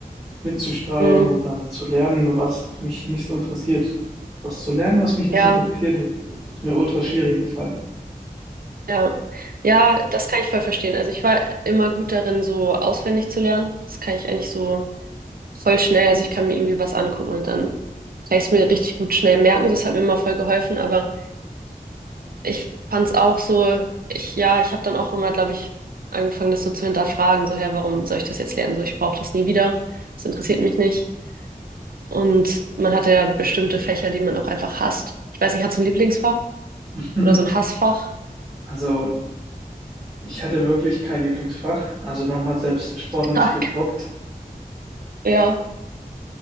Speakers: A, on the right; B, on the right.
A: mitzuschreiben
B: mm,
A: und dann zu lernen, was mich nicht so interessiert. Was zu lernen, was mich nicht
B: ja,
A: interessiert, ist, ist mir ultra schwierig gefallen.
B: ja. Ja, das kann ich voll verstehen. Also ich war immer gut darin, so auswendig zu lernen. Das kann ich eigentlich so voll schnell. Also ich kann mir irgendwie was angucken und dann kann ich es mir richtig gut schnell merken. Das hat mir immer voll geholfen. Aber ich fand es auch so, ich, ja, ich habe dann auch immer, glaube ich, angefangen, das so zu hinterfragen. So, hä, warum soll ich das jetzt lernen? So, ich brauche das nie wieder. Das interessiert mich nicht. Und man hatte ja bestimmte Fächer, die man auch einfach hasst. Ich weiß nicht, hast du ein Lieblingsfach
A: <laughs>
B: oder so ein Hassfach?
A: Also, ich hatte wirklich kein Lieblingsfach. Also, manchmal hat selbst Sport nicht
B: Tag.
A: gebockt.
B: Ja.